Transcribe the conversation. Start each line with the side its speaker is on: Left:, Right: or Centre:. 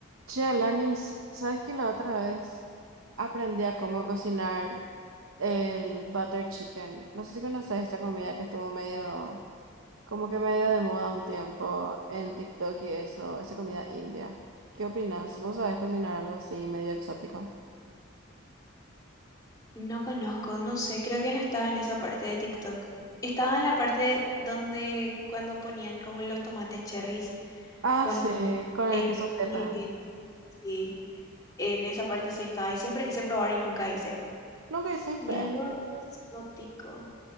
Right: Che, Alanis, ¿sabes que la otra vez aprendí a cómo cocinar el butter chicken? No sé si conoces esa comida que estuvo medio, como que medio de moda un tiempo en TikTok y eso, esa comida india. ¿Qué opinas? ¿Vos sabés cocinar algo así medio exótico?
Left: No conozco, no sé, creo que no estaba en esa parte de TikTok. Estaba en la parte donde cuando ponían como los tomates cherries
Right: Ah,
Left: con
Right: sí, con
Left: el,
Right: el queso feta.
Left: con el medio. Sí, en esa parte sí estaba y siempre quise probar y nunca hice.
Right: Nunca hiciste.
Left: Y algo exótico.